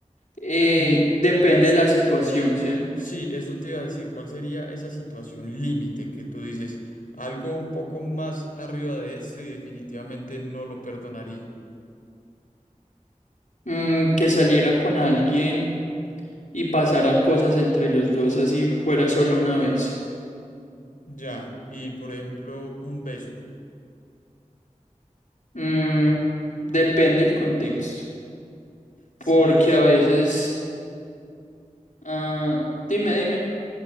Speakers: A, on the left; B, on the left.
A: Eh,
B: Y
A: depende
B: hasta-
A: de la situación, ¿sí?
B: Sí, eso te iba a decir, ¿cuál sería esa situación límite que tú dices? Algo un poco más arriba de esto y definitivamente no lo perdonaría.
A: Mm, que saliera con alguien y pasaran cosas entre los dos, así fuera solo una vez.
B: Ya, y por ejemplo, un beso.
A: Mm, depende del contexto,
B: Si
A: porque
B: es,
A: a veces, ah, dime, dime.